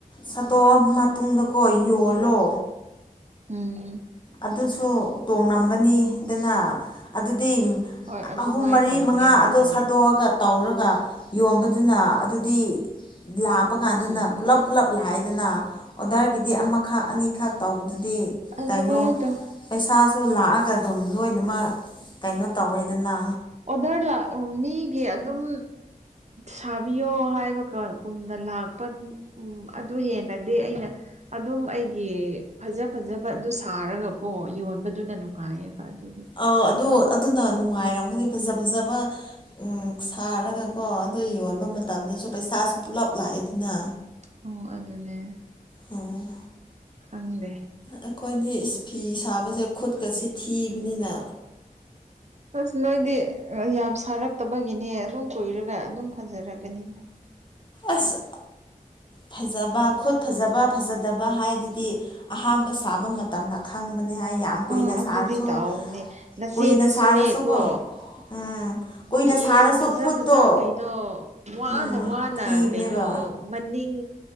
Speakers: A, on the left (about 30°); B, on the right (about 50°).
A: ꯁꯠꯇꯣꯛꯑ
B: ꯎꯝ
A: ꯃꯇꯨꯡꯗꯀꯣ ꯌꯣꯜꯂꯣ
B: ꯎꯝ
A: ꯑꯗꯨꯁꯨ ꯇꯣꯡꯉꯝꯒꯅꯤ ꯑꯗꯨꯅ ꯑꯗꯨꯗꯤ
B: ꯍꯣꯏ ꯑꯗꯨꯃꯥꯏꯅ
A: ꯑꯍꯨꯝ ꯃꯔꯤ
B: ꯇꯧꯒꯦꯅ
A: ꯃꯉꯥ ꯑꯗꯨ
B: ꯈꯜꯂꯦ
A: ꯁꯥꯗꯣꯛꯑꯒ ꯇꯧꯔꯒ ꯌꯣꯟꯕꯗꯨꯅ ꯑꯗꯨꯗꯤ ꯂꯥꯛꯞꯄ ꯀꯥꯟꯗꯅ
B: ꯎꯝ
A: ꯄꯨꯂꯞ ꯄꯨꯂꯞ ꯂꯥꯛꯢꯗꯅ ꯑꯣꯗꯔꯒꯤꯗꯤ ꯑꯃꯈꯛ ꯑꯅꯤꯈꯛ ꯇꯧꯕꯗꯨꯗꯤ
B: ꯑꯗꯨꯃꯥꯢ
A: ꯀꯩꯅꯣ
B: ꯇꯧ
A: ꯄꯩꯁꯥꯁꯨ ꯂꯥꯛꯑꯒ ꯑꯗꯨꯝ ꯂꯣꯏꯅꯃꯛ ꯀꯩꯅꯣ ꯇꯧꯋꯦꯗꯅ
B: ꯑꯣꯗꯔ ꯂꯥꯛ ꯃꯤꯒꯤ ꯑꯗꯨꯝ ꯁꯥꯕꯤꯌꯣ ꯍꯥꯏꯕꯒꯨꯝꯅ ꯂꯥꯛꯄ ꯎꯝ ꯑꯗꯨ ꯍꯦꯟꯅꯗꯤ ꯑꯩꯅ ꯑꯗꯨꯝ ꯑꯩꯒꯤ ꯐꯖ ꯐꯖꯕ ꯑꯗꯨ ꯁꯥꯔꯒꯀꯣ ꯌꯣꯟꯕꯗꯨꯅ ꯅꯨꯡꯉꯥꯏꯌꯦꯕ ꯑꯗꯨꯒꯤ
A: ꯑ ꯑꯗꯣ ꯑꯗꯨꯅ ꯅꯨꯡꯉꯥꯏꯔꯝꯒꯅꯤ ꯐꯖ ꯐꯖꯕ ꯑꯝ ꯁꯥꯔꯒ ꯀꯣ ꯑꯗꯣ ꯌꯣꯟꯕ ꯃꯇꯝꯗꯁꯨ ꯄꯩꯁꯥꯁꯨ ꯄꯨꯂꯞ ꯂꯥꯛꯑꯦꯗꯅ
B: ꯑꯝ ꯑꯗꯨꯅꯦ
A: ꯎꯝ
B: ꯈꯪꯗꯦ
A: ꯑꯩꯈꯣꯏꯗꯤ ꯐꯤ ꯁꯥꯕꯁꯦ ꯈꯨꯠꯀꯁꯤ ꯊꯤꯕꯅꯤꯅ
B: ꯑꯁ ꯅꯣꯏꯗꯤ ꯌꯥꯝ ꯁꯥꯔꯛꯇꯕꯒꯤꯅꯦ ꯑꯗꯨꯝ ꯀꯨꯏꯔꯒ ꯑꯗꯨꯝ ꯐꯖꯔꯒꯅꯤꯗ
A: ꯑꯁ ꯐꯖꯕ ꯈꯨꯠ ꯐꯖꯕ ꯐꯖꯗꯕ ꯍꯥꯏꯗꯨꯗꯤ ꯑꯍꯥꯟꯕ ꯁꯥꯕ ꯃꯇꯝꯅ ꯈꯪꯕꯅꯤ ꯍꯥꯏ ꯌꯥꯝ ꯀꯨꯏꯅ
B: ꯑꯥ ꯑꯗꯨꯗꯤ
A: ꯁꯥꯔꯁꯨ
B: ꯇꯥꯎꯕꯅꯦ ꯅꯆꯦꯗꯨꯁꯨꯅꯦꯀꯣ
A: ꯀꯨꯏꯅ ꯁꯥꯔꯁꯨꯀꯣ ꯎꯝ ꯀꯨꯏꯅ
B: ꯐꯤ
A: ꯁꯥꯔꯁꯨ
B: ꯌꯥꯝ ꯐꯖ
A: ꯈꯨꯠꯇꯣ
B: ꯐꯖꯕ ꯀꯩꯅꯣ ꯋꯥꯅ
A: ꯎꯝ
B: ꯋꯥ ꯋꯥꯅꯥ
A: ꯊꯤꯕꯅꯦꯕ
B: ꯀꯩꯅꯣ ꯃꯅꯤꯡ